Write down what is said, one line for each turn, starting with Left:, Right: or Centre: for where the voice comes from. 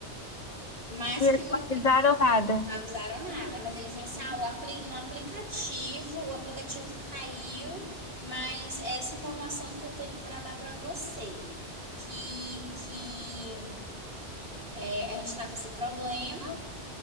Right: mas
Left: E eles
Right: que o
Left: não
Right: aplicativo
Left: avisaram nada.
Right: Não avisaram nada, mas ele falou assim: ah, o apli no aplicativo, o aplicativo caiu, mas essa informação que eu tenho para dar para você, que, que é, a gente está com esse problema,